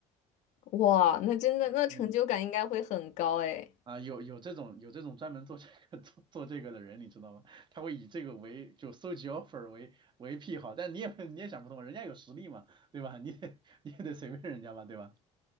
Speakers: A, on the left; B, on the right.
A: 哇，那真的那成就感应该会很高诶。
B: 嗯。啊，有有这种有这种专门做这个 <laughs> 做做这个的人，你知道吗？他会以这个为就搜集 offer 为为癖好，但你也 <laughs> 你也想不通，人家有实力嘛，对吧？你得 <laughs> 你也得随便人家吧，对吧？